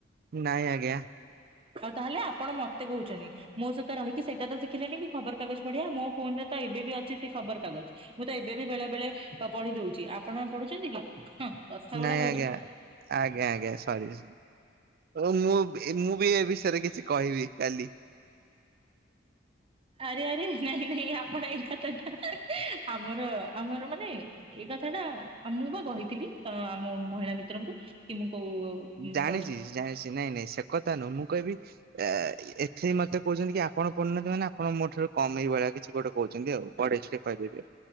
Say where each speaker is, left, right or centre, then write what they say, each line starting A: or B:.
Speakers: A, on the right (about 50°); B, on the right (about 30°).
A: ନାଇଁ ଆଜ୍ଞା।
B: ଆଉ ତାହେଲେ ଆପଣ ମତେ କହୁଛନ୍ତି। ମୋ ସହିତ ରହିକି ସେଇଟା ତ ଶଖିଲେି କି ଖବରକାଗଜ ପଢ଼ୀଆ ମୋ ଫୋନ ରେ ତ ଏବେ ଅଛି ସେ ଖବର କାଗଜ ମୁଁ ତ ଏବେ ବି ବେଳେ ବେଳେ ପଢି ଦଉଛି ଆପଣ ପଢୁଛନ୍ତି କି? ହଁ କଥା ଗୁଡା
A: ନାଇଁ
B: କହୁଛନ୍ତି।
A: ଆଜ୍ଞା ଆଜ୍ଞା ଆଜ୍ଞା ସରି। ଓ ମୁଁ ମୁଁ ବି ଏ ବିଷୟରେ କିଛି କହିବି କାଲି।
B: ଆରେ ଆରେ ନାଇଁ ନାଇଁ ଆପଣ ଏଇ କଥାଟା ଆମର ଆମର ମାନେ ଏଇ କଥା ଟା ମୁଁ ବା କହିଥିଲି ଆମ ମହିଳା ମିତ୍ରଙ୍କୁ କି ମୁଁ କୋଉ
A: ଜାଣିଛି
B: ପଢୁଥିଲି
A: ଜାଣିଛି ନାଇଁ ନାଇଁ ସେ କଥା ନୁହଁ ମୁଁ କହିବି ଏ ଏଥି ମତେ କହୁଛନ୍ତି କି ଆପଣ <unintelligible> ମାନେ ଆପଣ ମୋ ଠାରୁ କମ ଏଇ ଭଳିଆ କିଛି ଗୋଟେ କହୁଛନ୍ତି ଆଉ। ପଢ କହିଦେବି,